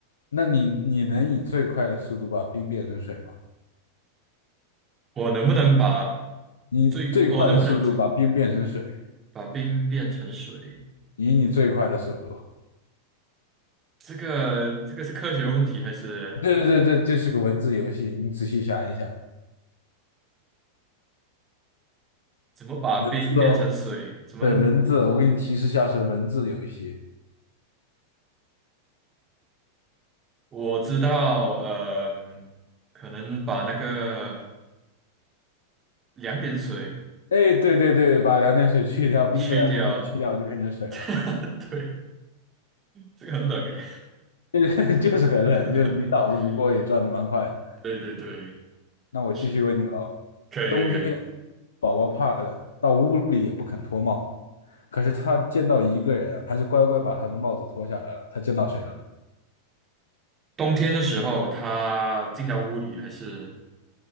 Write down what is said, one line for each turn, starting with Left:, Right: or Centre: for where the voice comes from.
Left: 那你你能以最快的速度把冰变成水吗？
Right: 我能不能把
Left: 你最快的速度把冰变成水，
Right: 最我能不能最把冰变成水？
Left: 以你最快的速度。
Right: 这个这个是科学问题还是
Left: 对对这这是个文字游戏，你仔细想一想，
Right: 怎么把冰变成水？
Left: 文字哦，
Right: 怎么
Left: 对，文字，我给你提示一下是文字游戏。
Right: 我知道，呃，可能把那个两点水
Left: 哎，对对对，把两点水去掉，冰的两点水去掉就变成水了。
Right: 去掉。<laughs> 对，这个很冷诶。
Left: <laughs> 就是就是很冷，
Right: <laughs>
Left: 就是你脑子不过也转的蛮快的。
Right: 对对对，
Left: 那我继续问你喽，
Right: 是，可以可以可以。
Left: 冬天宝宝怕冷，到屋里也不肯脱帽，可是他见到一个人啊，还是乖乖把他的帽子脱下来了。他见到谁了？
Right: 冬天的时候，他进到屋里还是